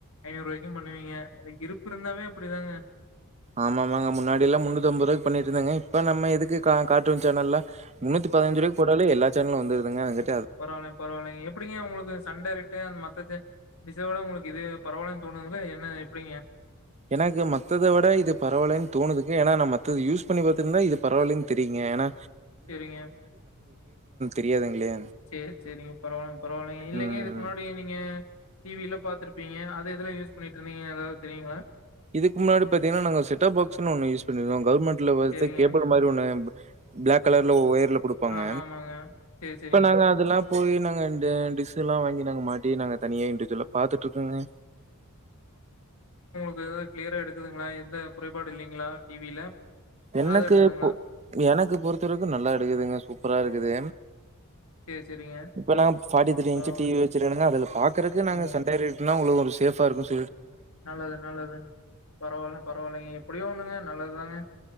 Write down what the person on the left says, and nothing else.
ஐநூறு ரூவாய்க்கு பண்ணுவீங்க அது இருப்பு இருந்தாவே அப்டித்தாங்க
பரவால்ல பரவாயில்லைங்க, எப்டிங்க உங்களுக்கு சன் டேரைக்ட்டு அந்த மத்த சே டிஷ்சவிட உங்களுக்கு இது பரவாயில்லனு தோணுதுங்கா என்ன எப்டிங்க
செரிங்க
செரி செரிங்க பரவா பரவாயில்லைங்க இல்லைங்க
இதுக
முன்னாடி நீங்க டிவில பாத்துருப்பீங்க அது எதுல யூஸ் பண்ணிட்டு இருந்தீங்க ஏதாது தெரிங்களா
சேரிங்க.
ஆமா ஆமாங்க. சேரி சேரிங்க.
அதுலா கிளியரா எடுக்குதுங்களா எந்த குறைபாடும் இல்லங்களா டிவில
நல்லாதான் எடுக்குதுங்களா?
சேரி சேரிங்க.
பரவால்ல.
ம்.
நல்லது நல்லது பரவாயில்ல பரவாயில்லைங்க எப்பிடியும் சொல்லுங்க நல்லதுதாங்க